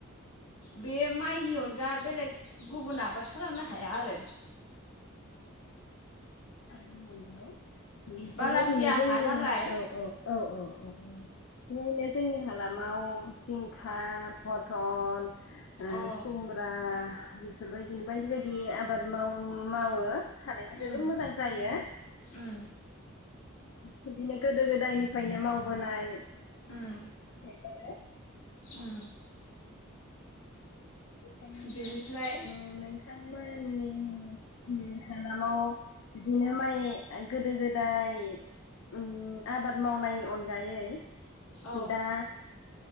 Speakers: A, on the left; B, on the left.
A: बे माइनि अनगा बेलेग गुबुन आबाद खालामनो हाया आरो।
B: थाबैनो नोंगौ। बिफोरबायदिनो
A: बालासिया
B: जोंनि
A: हा नालाय
B: ओ ओ ओ ओ ओ। नुनोमोननाय जोंनि हालामााव हिंखाा फथल। उम
A: अ
B: खुमब्रा। बेफोरबायदिनो बायदि बायदि आबाद मावन मावो थारैनो जोबोद
A: उम
B: मोज जायो।
A: उम
B: बिदिनो गोदो गोदायनिफायनो मावबोनाय।
A: उम।
B: बेफोरो
A: उम।
B: बेखायनो
A: बेनिफ्राय
B: ओ नोंथांमोननि नि हालामाव बिदिनो माइ गोदो गोदाय उम आबाद मावनायनि अनगायै
A: औ
B: दा